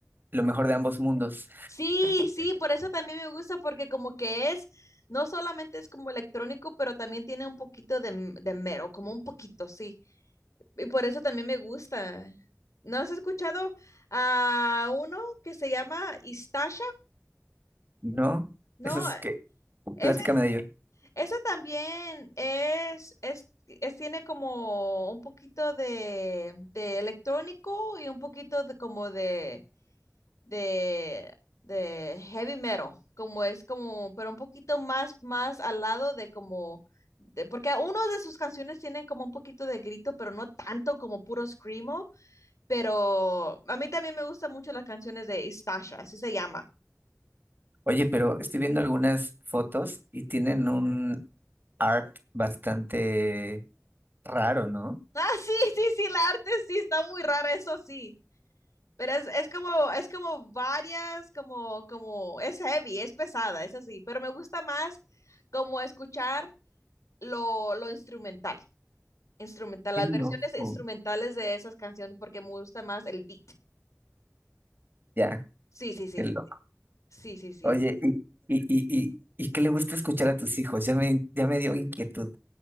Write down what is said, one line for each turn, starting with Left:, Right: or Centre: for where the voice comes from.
Right: lo mejor de ambos mundos
Left: Sí, sí, por eso también me gusta, porque como que es, no solamente es como electrónico, pero también tiene un poquito de, m- de mero, como un poquito, sí. Y por eso también me gusta. ¿No has escuchado a uno que se llama Istasha?
Right: ¿No?
Left: No,
Right: Eso es que,
Left: ese
Right: platícame de ello.
Left: Eso también es, es, es- tiene como un poquito de, de electrónico y un poquito de como de, de, de heavy metal, como es como, pero un poquito más, más al lado de como, de, porque uno de sus canciones tiene como un poquito de grito, pero no tanto como puro screamo, pero a mí también me gustan mucho las canciones de Istasha, así se llama. <laughs>
Right: Oye, pero estoy viendo algunas fotos y tienen un art bastante raro, ¿no?
Left: Ah, sí, sí, sí, la arte sí, está muy rara, eso sí. Pero es, es como, es como varias, como, como, es heavy, es pesada, es así, pero me gusta más como escuchar lo, lo instrumental, instrumental,
Right: Qué
Left: las
Right: loco.
Left: versiones instrumentales de esas canciones, porque me gusta más el beat.
Right: Ya,
Left: Sí, sí, sí,
Right: qué loco.
Left: sí, sí, sí. sí.
Right: Oye, y, y, y, y, ¿y qué le gusta escuchar a tus hijos? Ya me, ya me dio inquietud.